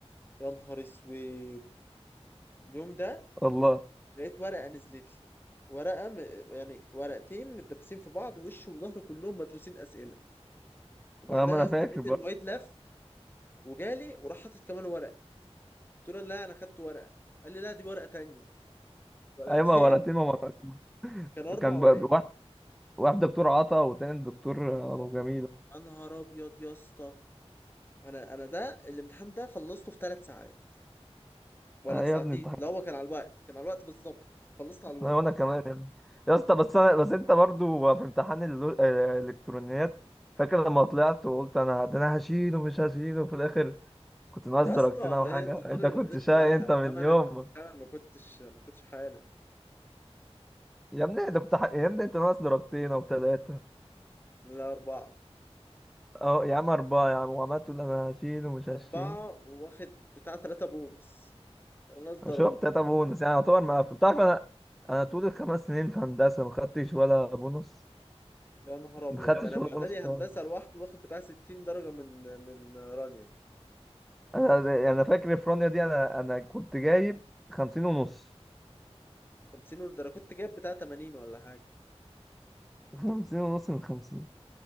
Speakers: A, on the left; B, in the centre.
A: يا نهار اسود اليوم ده
B: والله
A: لقيت ورقة نزلت لي ورقة م... يعني ورقتين متدبسين في بعض وش وظهر كلهم مدروسين اسئلة وبعدها
B: اه ما انا
A: يا اسطى
B: فاكر
A: لقيت
B: بقى
A: المعيد لف وجالي وراح حاطط كمان ورقة قلت له لا انا خدت ورقة قال لي لا دي ورقة تانية ورقتين
B: ايوه ورقتين ومرة-
A: كان اربع
B: كان
A: ورقات
B: بقى واحد واحد دكتور عطا وتاني دكتور
A: اه
B: آه، ابو جميل
A: يا نهار ابيض يا اسطى انا انا ده الامتحان ده خلصته في ثلاث ساعات ولا
B: آه
A: في
B: يا
A: ساعتين
B: ابني امتحان
A: لا هو كان على الوقت كان على الوقت بالظبط خلصت على الوقت
B: آه وانا كمان يا ابني يا اسطى بس انا بس انت برضو في امتحان اللو- آه، الالكترونيات فاكر لما طلعت وقلت انا ده انا هشيله مش هشيله في الاخر كنت ناقص
A: يا
B: درجتين
A: اسطى
B: او
A: هي
B: حاجه
A: الدكتوره
B: <laughs> انت
A: اللي
B: كنت
A: ما خدتش
B: شقي
A: بالها
B: انت من
A: انما انا
B: يوم
A: كنت فعلا ما كنتش ما كنتش حالم
B: يا ابني انت كنت ح... يا ابني انت ناقص درجتين او ثلاثه
A: لا اربعه
B: اه يا عم اربعه يا عم وعمال تقول انا هشيله مش هشيل
A: اربعه واخد بتاع ثلاثه بونص نص درجه
B: شفت تلاته بونص يعني يعتبر مقفل تعرف انا انا طول الخمس سنين في هندسه ما خدتش ولا بونص
A: يا نهار ابيض
B: ما يا خدتش
A: ده انا
B: ولا
A: في
B: بونص
A: اعدادي هندسه
B: خالص
A: لوحده واخد بتاع 60 درجه من من رانيا
B: انا انا فاكر الفرونيا دي انا انا كنت جايب خمسين ونص
A: 50 ده انا كنت جايب بتاع 80 ولا حاجه
B: خمسين ونص من خمسين